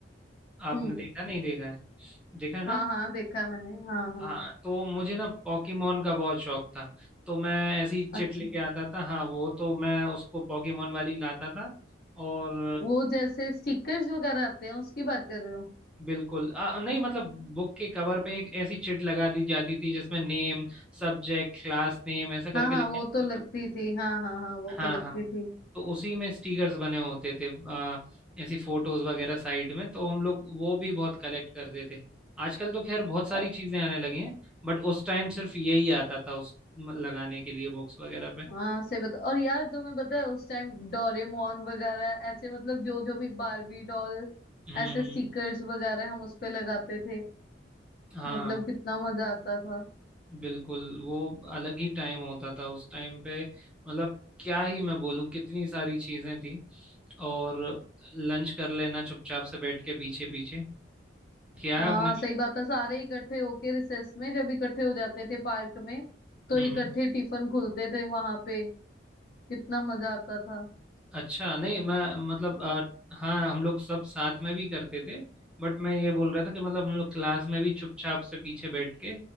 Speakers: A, in the centre; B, on the left.
A: आपने
B: हम्म
A: देखा नहीं देखा है देखा है ना
B: हाँ हाँ देखा है मैंने हाँ हाँ
A: हाँ तो मुझे ना पॉकीमोन का बहुत शौक था तो मैं ऐसी चिट
B: अच्छा
A: लेके आता था हाँ वो तो मैं उसको पॉकीमोन वाली लाता था और
B: वो जैसे स्टिकर्स वगैरह आते हैं उसकी बात कर रहे हो
A: बिल्कुल आ, नहीं मतलब बुक के कवर पे एक ऐसी चिट लगा दी जाती थी जिसमें नेम सब्जेक्ट क्लास नेम ऐसा करके
B: हाँ हाँ
A: लिखा
B: वो
A: जाता
B: तो लगती
A: था
B: थी हाँ हाँ हाँ वो
A: हाँ
B: तो लगती
A: हाँ
B: थी
A: तो उसी में स्टिकर्स बने होते थे आ, ऐसी फोटोज वगैरह साइड में तो हम लोग वो भी बहुत कलेक्ट करते थे आजकल तो खैर बहुत सारी
B: और
A: चीजें आने लगी हैं बट उस टाइम सिर्फ यही आता था उस म- लगाने के लिए बॉक्स वगैरह पे
B: हाँ से बता और यार तुम्हें पता है उस टाइम डोरेमोन वगैरह ऐसे मतलब जो जो भी बारबी डॉल
A: हम्म
B: ऐसे स्टिकर्स वगैरह हम उस पे लगाते थे
A: हाँ
B: मतलब कितना मजा आता था
A: बिल्कुल वो अलग ही टाइम होता था उस टाइम पे मतलब क्या ही मैं बोलूं कितनी सारी चीजें थी और लंच कर लेना चुपचाप से बैठ के पीछे पीछे किया
B: हाँ
A: है आपने
B: सही बात है सारे इकट्ठे होके रिसेस में जब इकट्ठे हो जाते थे पार्क में तो
A: हम्म
B: इकट्ठे
A: हम्म।
B: टिफिन खुलते थे वहां पे कितना मजा आता था
A: अच्छा नहीं मैं मतलब अ, हाँ हम लोग सब साथ में भी करते थे बट मैं ये बोल रहा था कि मतलब हम लोग क्लास में भी चुपचाप से पीछे बैठ के